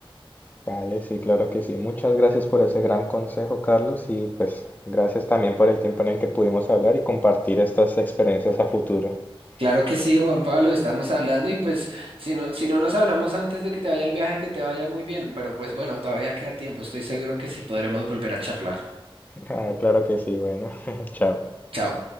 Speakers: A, on the left; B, on the right.
A: Vale, sí, claro que sí. Muchas gracias por ese gran consejo, Carlos, y pues gracias también por el tiempo en el que pudimos hablar y compartir estas experiencias a futuro. <laughs>
B: Claro que sí, Juan Pablo, estamos hablando y pues si no, si no nos hablamos antes de que te vaya el viaje, que te vaya muy bien, pero pues bueno, todavía queda tiempo, estoy seguro que sí podremos volver a charlar.
A: Ah, claro que sí, bueno, <laughs> chao.
B: Chao.